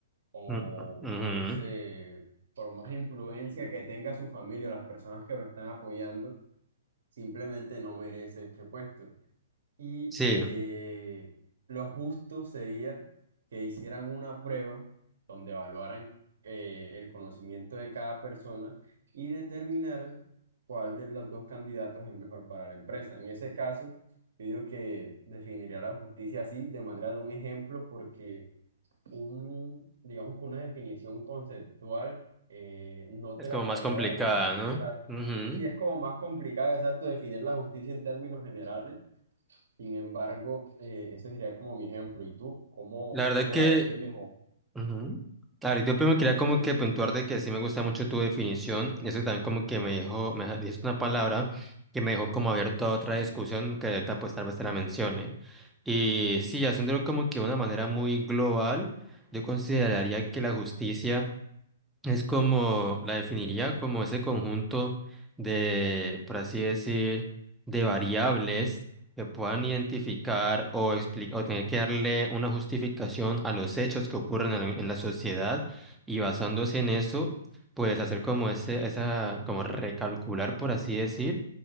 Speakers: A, on the right; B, in the centre.
A: o
B: u- u- ujú.
A: no sé, por más influencia que tenga su familia o las personas que lo están apoyando, simplemente no merece este puesto. Y
B: Sí,
A: eh, lo justo sería que hicieran una prueba donde evaluaran eh, el conocimiento de cada persona y determinaran cuál de los dos candidatos es mejor para la empresa. En ese caso, yo digo que definiría la justicia así, de manera de un ejemplo, porque un, digamos que una definición conceptual, eh, no
B: es
A: te la
B: como
A: sabría
B: más complicada,
A: dar, pero sí
B: ¿no?
A: te la...
B: Ujú.
A: Y es como más complicado, exacto, definir la justicia en términos generales. Sin embargo, eh, ese sería como mi ejemplo. ¿Y tú? ¿Cómo,
B: La verdad
A: cómo
B: que,
A: la defines? O...
B: ujú. La verdad, yo primero quería como
A: Sí, sí,
B: que puntuar de que sí me gusta mucho tu definición. Eso también como que me dejó, me deja- dijiste una palabra que me dejó como abierto a otra discusión que ahorita pues tal vez te la mencione. Y sí, haciéndolo como que de una manera muy global, yo consideraría que la justicia Es como, la definiría como ese conjunto de, por así decir, de variables que puedan identificar o, expli- o tener que darle una justificación a los hechos que ocurren en, en la sociedad y basándose en eso, pues hacer como ese, esa, como recalcular, por así decir,